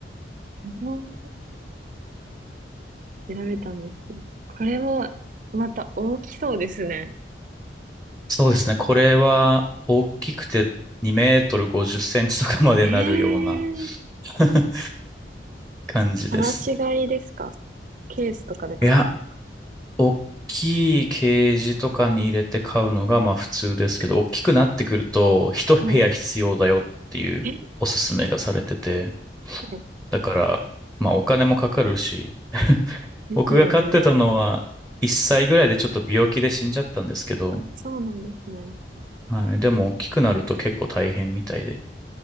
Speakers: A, on the right (about 45°); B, in the centre.
A: うん調べたんですけど。これも、また大きそうですね。
B: そうですね。これは大きくて2メートル50センチとかまでなるような
A: えー、
B: <laughs> 感じですね。
A: 放し飼いですかケースとかで買うんです
B: いや大きいケージとかに入れて飼うのがまあ普通ですけど、大きくなってくると一部屋必要だよっていうおすすめがされてて、
A: はい。えー、
B: だからまあお金もかかるし、<laughs>
A: ですよね。
B: 僕が飼ってたのは1歳ぐらいでちょっと病気で死んじゃったんですけど、
A: あ、そうなんですね。
B: はい、でも大きくなると結構大変みたいで。